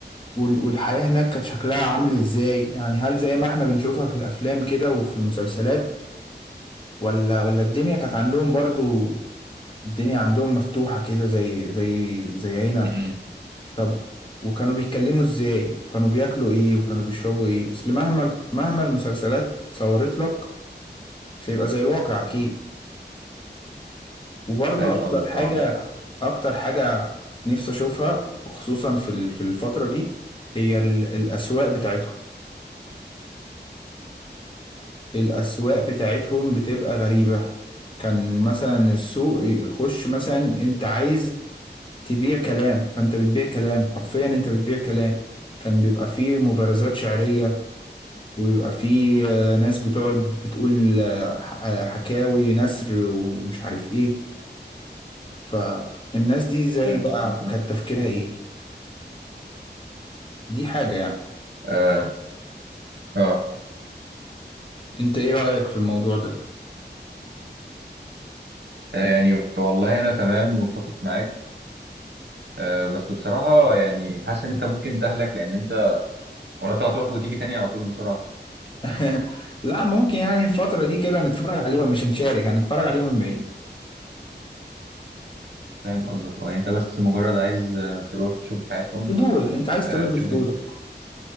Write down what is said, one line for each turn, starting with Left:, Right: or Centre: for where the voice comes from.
Left: وال- والحياة هناك كانت شكلها عامل ازاي يعني هل زي ما احنا بنشوفها في الافلام كده وفي المسلسلات ولا ولا الدنيا كانت عندهم برضو الدنيا عندهم مفتوحة كده زي زي زي هنا
Right: امم
Left: طب وكانوا بيتكلموا ازاي وكانوا بياكلوا ايه وكانوا بيشربوا ايه اصل مهما مهما المسلسلات صورت لك مش هيبقى زي الواقع اكيد وبرضو
Right: فاهم
Left: اكتر
Right: قصدك
Left: حاجة
Right: اه عندك حق
Left: اكتر حاجة نفسي اشوفها وخصوصا في ال- في الفترة دي هي ال- الاسواق بتاعتهم الأسواق بتاعتهم بتبقى غريبة كان مثلا السوق يخش مثلا انت عايز تبيع كلام فانت بتبيع كلام حرفيا انت بتبيع كلام كان بيبقى فيه مبارزات شعرية وبيبقى فيه آه، ناس بتقعد بتقول آه، ح- آه، حكاوي نثر ومش عارف ايه فالناس دي زي
Right: فاهم
Left: بقى
Right: قصدك
Left: كانت تفكيرها ايه دي حاجة يعني
Right: اه اه
Left: انت ايه رأيك في الموضوع ده؟
Right: يعني والله انا تمام متفق معاك آه، بس بصراحة يعني حاسس إن أنت ممكن تهلك لأن أنت ولا أنت هتروح وتيجي تاني على طول بسرعة
Left: <laughs> لا ممكن يعني الفترة دي كده نتفرج عليهم مش هنشارك هنتفرج عليهم من بعيد
Right: فاهم قصدك أه يعني أنت بس مجرد عايز آه، تروح تشوف حياتهم
Left: فضول انت عايز
Right: آه،
Left: ترد
Right: تشوف
Left: فضولك
Right: ال...